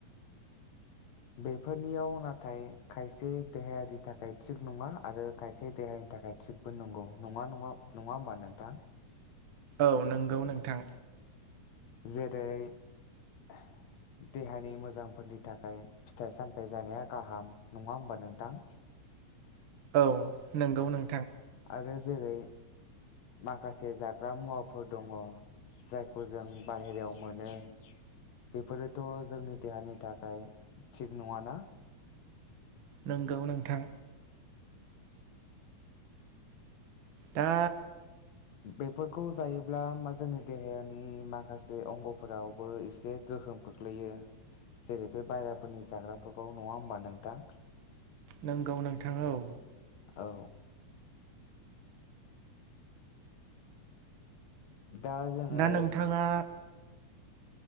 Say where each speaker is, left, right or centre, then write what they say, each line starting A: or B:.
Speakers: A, on the left; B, on the right.
A: बेफोरनियाव नाथाय खायसे देहायारि थाखाय थिग नङा आरो खायसे देहानि थाखाय थिगबो नंगौ नङा नङा नङा होमबा नोंथां
B: औ नों गौ नोंथां
A: जेरै देहानि मोजांफोरनि थाखाय फिथाइ सामथाइ जानाया गाहाम नङा होमबा नोंथां
B: औ नोंगौ नों
A: आरो जेरै माखासे जाग्रा मुवाफोर दङ जायखौ जों बाहेरायाव मोनो बेफोरोथ' जोंनि देहानि थाखाय थिग नङाना
B: नंगौ नोंथां दा
A: बेफोरखौ जायोब्ला मा जोंनि देहानि माखासे अंगफोरावबो एसे गोहोम खोख्लैयो जेरै बे बायेराफोरनि जाग्राफोरखौ नंङा होमबा नोंथां
B: नोंगौ नोंथां औ
A: औ दा जोङो
B: दा नोंथाङा